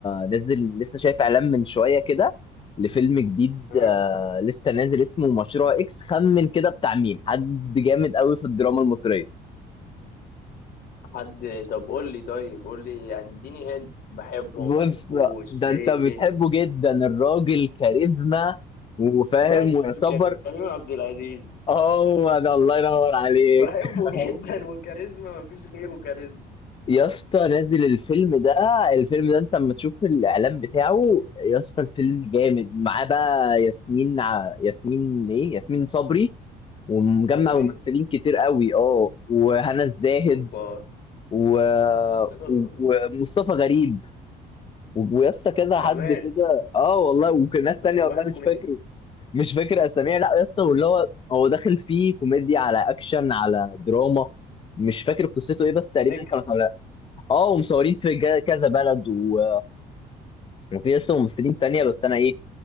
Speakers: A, on the left; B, on the left.
A: نزل لسه شايف اعلان من شويه كده لفيلم جديد
B: اه
A: آه لسه نازل اسمه مشروع اكس خمن كده بتاع مين حد جامد قوي في الدراما المصريه
B: حد طب قول لي طيب قول لي يعني اديني هنت بحبه
A: بص
B: ما بحبوش
A: ده
B: ايه
A: انت بتحبه
B: الدنيا
A: جدا الراجل كاريزما وفاهم
B: بس
A: ويعتبر
B: كريم عبد العزيز
A: هو ده الله ينور عليك
B: بحبه
A: <laughs>
B: <laughs> جدا وكاريزما مفيش غيره كاريزما
A: يا اسطى نزل الفيلم ده الفيلم ده انت لما تشوف الاعلان بتاعه يا اسطى الفيلم جامد معاه بقى ياسمين ع- ياسمين ايه ياسمين صبري ومجمع
B: صبري
A: ممثلين كتير قوي اه وهنا الزاهد
B: اوبا
A: و... و-
B: يلا، يلا، يلا.
A: ومصطفى غريب و- ويا اسطى كذا
B: كمان
A: حد كده اه والله وكان ناس
B: ده
A: تانية
B: صباح
A: والله
B: الكوميديا
A: مش فاكر مش فاكر اساميها لا يا اسطى واللي هو هو داخل فيه كوميديا على اكشن على دراما مش فاكر قصته ايه بس تقريبا
B: ميكس
A: كانوا صار- اه ومصورين في جا- كذا بلد و... وفي يا اسطى ممثلين تانية بس انا ايه